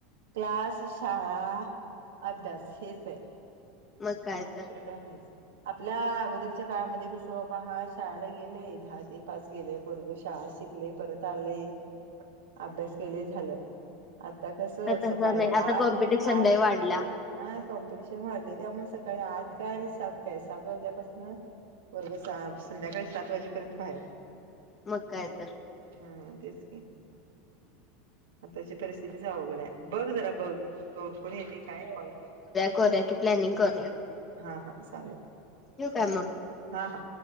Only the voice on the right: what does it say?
त्यास शाळा अभ्यास हेच आहे.
दुसरं
त्यानीच. आपल्या अगोदरच्या काळामध्ये कसं बाबा हा शाळेला गेलेय दहा ते पाच गेले. वर्ग शाळा शिकले परत आलंय अभ्यास केलेय झालं. आता कसं
सकाळी
आठ
आठ
हा कॉम्पिटिशन वाढले त्यामुळे सकाळी आठ काय आणि सात काय सात वाजल्यापासन. वर्ग संध्याकाळी सात वाजेपर्यंत बाहेर.
हा तेच क. आताची परिस्थितीच अवघड आहे बघ जरा बघ ककण येते काय कॉलत.
हां हां चालेल.
हा हा.